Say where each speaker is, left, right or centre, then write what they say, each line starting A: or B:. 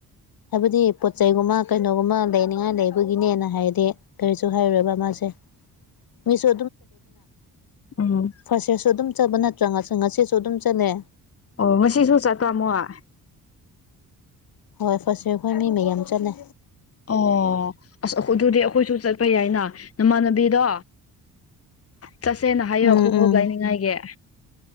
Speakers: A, on the left; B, on the left.
A: ꯍꯥꯏꯕꯗꯤ ꯄꯣꯠ ꯆꯩꯒꯨꯝꯕ꯫ ꯀꯩꯅꯣꯝꯃ ꯂꯩꯅꯤꯡꯉꯥꯏ ꯂꯩꯕꯒꯤꯅꯦꯅ ꯍꯥꯏꯗꯤ ꯀꯔꯤꯁꯨ ꯍꯥꯏꯔꯣꯏꯕ ꯃꯥꯁꯦ꯫ ꯃꯤꯁꯨ
B: ꯎꯝ
A: ꯐꯥꯁꯦꯁꯁꯨ <inaudible> ꯑꯗꯨꯝ ꯆꯠꯄ ꯅꯠꯇ꯭ꯔ ꯉꯁꯤꯁꯨ ꯑꯗꯨꯝ ꯆꯠꯂꯦ꯫
B: ꯑꯣ ꯉꯁꯤꯁꯨ ꯆꯠꯄ ꯃꯣꯏ
A: ꯍꯣꯏ ꯐꯥꯁꯢ ꯈꯣꯏ ꯃꯤ ꯃꯌꯥꯝ ꯆꯠꯂꯦ
B: ꯑꯣ ꯑꯁ ꯑꯗꯨꯗꯤ ꯑꯩꯈꯣꯏꯁꯨ ꯆꯠꯄ ꯌꯥꯏꯅ ꯅꯃꯥꯟꯅꯕꯤꯗꯣ ꯆꯠꯁꯦꯅ ꯍꯥꯏꯌꯣ
A: ꯎꯝ
B: ꯈꯣꯡꯎꯞ
A: ꯎꯝ
B: ꯂꯩ ꯅꯤꯡꯉꯥꯏꯒꯤ